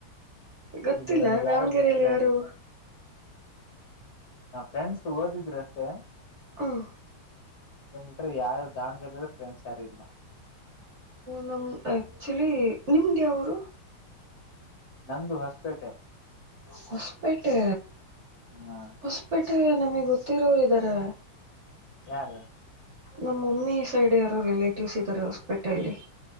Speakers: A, on the right; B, on the left.
A: ಗೊತ್ತಿಲ್ಲ
B: ಇಲ್ಲ ನನ್ಗೆ
A: ದಾವಣಗೆರೆಯಲ್ಲಿ
B: ಯಾರಾಗು ಗೊತ್ತಿಲ್ಲ
A: ಯಾರು
B: ಅಲ್ಲಿ ಹಾ ಫ್ರೆನ್ಸ್ ಓದಿದ್ರು ಅಷ್ಟೇ
A: ಹಂ
B: ಅಟ್ರೆ ಯಾರು ದಾವಣಗೆರೆ್ರ ಫ್ರೆಂಡ್ಸ್ ಯಾರು ಇಲ್ಲ
A: ನಮ್ಮ ಆ್ಯಕ್ಚುಲಿ ನಿಮ್ದ ಯಾವರು
B: ನಂದು ಹೊಸಪೇಟೆ
A: ಹೊಸಪೇಟೆ
B: ಹ
A: ಹೊಸ್ಪೇಟೆ ನಮಗ್ ಗೊತ್ತಿರೋರು ಇದಾರೆ
B: ಯಾರ
A: ನಮ್ಮಮ್ಮಿ ಸೈಡ್ ಯಾರೋ ರಿಲೇಟಿವ್ಸ್ ಇದ್ದಾರೆ ಹಾಸ್ಪಿಟಲ್